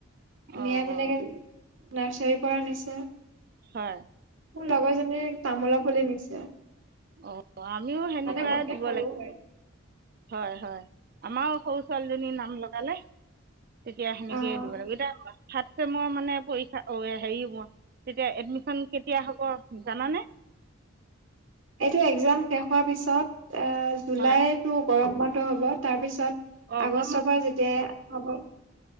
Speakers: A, on the right (about 45°); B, on the right (about 65°).
A: অ
B: নিয়াবিলাকে
A: অ
B: নাৰ্চাৰীৰ পৰা আনিছে।
A: হয়।
B: মোৰ লগৰজনীৰ তামোলাৰ পুলি নিছে।
A: অ আমিও সেনেকুৱাই
B: মানে মোতকে
A: দিব
B: সৰু
A: লাগিব
B: হয়।
A: হয় হয় আমাৰ সৰু ছোৱালীজনী নাম লগালে। তেতিয়া সেনেকে
B: অ
A: দিব লাগিব এতিয়া থাৰ্ড ছেমৰ মানে পৰীক্ষা অ হেৰি হ'ব। তেতিয়া এডমিচন কেতিয়া হ'ব জানানে?
B: <inaudible> এইটো একজাম শেষ হোৱাৰ পিছত এ জুলাইতটো
A: হয়
B: গৰম বন্ধ হ'ব তাৰ পিছত
A: অঁ
B: আগষ্টৰ
A: গৰমৰ
B: পৰা যেতিয়া হ'ব।